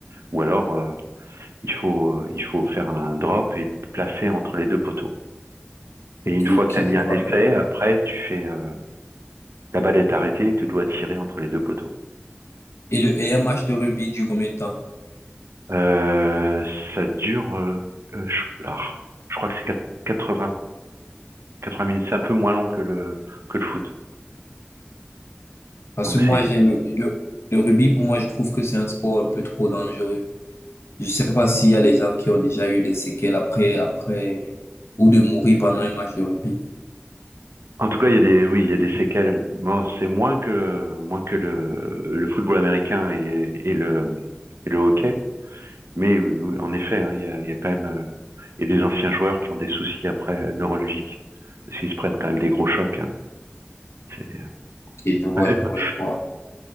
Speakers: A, on the right; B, on the left.
A: Ou alors euh, il faut, euh, il faut faire un drop et placer entre les deux poteaux. Et
B: Ok,
A: une fois
B: ok,
A: que tu as mis
B: je
A: un
B: vois
A: essai,
B: un peu.
A: après tu fais euh, la balle est arrêtée, tu dois tirer entre les deux poteaux.
B: Et le, et un match de rugby dure combien de temps?
A: Euh, ça dure, euh, euh, je, alors, je crois que c'est quat- 80, 80 minutes. C'est un peu moins long que le que le foot.
B: Parce
A: Donc
B: que moi,
A: c'est,
B: j'ai le, le, le rugby, pour moi, je trouve que c'est un sport un peu trop dangereux. Je sais pas s'il y a les gens qui ont déjà eu des séquelles après, après, ou de mourir pendant un match de rugby.
A: en tout cas, il y a des, oui, il y a des séquelles. Bon, c'est moins que moins que le le football américain et, et le et le hockey. Mais euh, en effet, hein, il y a, il y a quand même, euh, il y a des anciens joueurs qui ont des soucis après euh, neurologiques parce qu'ils se prennent quand même des gros chocs. hein. C'est
B: Et je vois,
A: <laughs>
B: je vois, je vois.